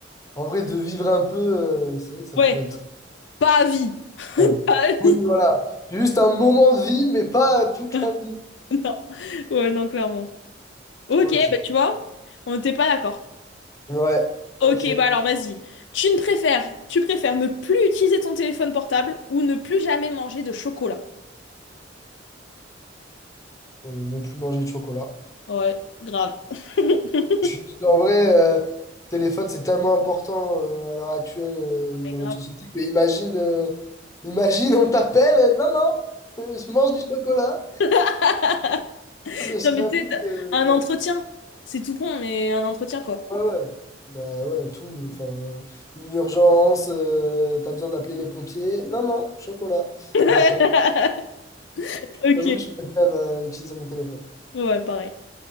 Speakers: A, on the left; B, on the left.
A: en vrai, de vivre un peu, euh, c'est vrai que ça
B: ouais,
A: pourrait être
B: pas à vie. <laughs>
A: pas mal.
B: Pas à vie.
A: Oui, voilà, juste un moment de vie, mais pas toute
B: <laughs>
A: la vie.
B: Non. Ouais, non, clairement. Ok,
A: Ok,
B: bah tu vois, on n'était pas d'accord.
A: ouais,
B: Ok,
A: ok. Euh,
B: bah alors vas-y. Tu ne préfères, tu préfères ne plus utiliser ton téléphone portable ou ne plus jamais manger de chocolat?
A: ne plus manger de chocolat.
B: Ouais, grave. <laughs> Non,
A: Je suis- En vrai, euh, téléphone, c'est tellement important euh, à l'heure actuelle euh, dans
B: mais grave.
A: notre société que imagine, euh, imagine, on t'appelle, euh, non, non, euh, je mange du chocolat.
B: <laughs>
A: <laughs> Je
B: Non,
A: t'avoue
B: mais peut-être
A: que
B: un
A: non.
B: entretien. C'est tout con, mais un entretien, quoi.
A: Ouais, ouais. Bah ouais, tout. Enfin, une urgence, euh, t'as besoin d'appeler les pompiers. Non, non, chocolat.
B: <laughs>
A: Non, je t'avoue,
B: Ok,
A: j'avoue, je préfère euh, utiliser mon téléphone.
B: ouais, pareil.